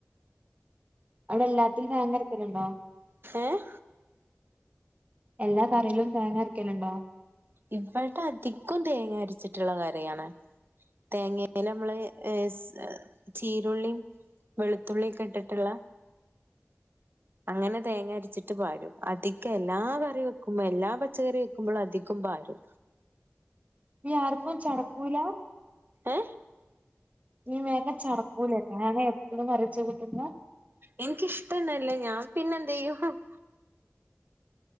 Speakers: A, on the right; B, on the right.
A: അവിടെല്ലാത്തിലും തേങ്ങ അരക്കലുണ്ടോ
B: ഏഹ്
A: എല്ലാ കറീലും തേങ്ങരക്കലുണ്ടോ
B: ഇപ്പഴത്തെ അധികം തേങ്ങ അരച്ചിട്ടുള്ള കറിയാണ് തേങ്ങേല് നമ്മള് എ സ് ചീരുള്ളിം വെളുത്തുള്ളിം ഒക്കെ ഇട്ടിട്ടുള്ള അങ്ങനെ തേങ്ങരച്ചിട്ട് പാരും അധികം എല്ലാ കറി വെക്കുമ്പം എല്ലാ പച്ചക്കറി വെക്കുമ്പളും അധി കം പാരും
A: ടി ആർക്കും ചടക്കൂല
B: എ
A: ഇഞ് വേഗം ചടക്കൂലേ ഞാൻ ഇമ്മ കറി വച്ചാ കൂട്ടൂല
B: ഇൻക്ക് ഇഷ്ടന്നെല്ല ഞൻ പിന്നെ ന്ത്‌ ചെയ്യും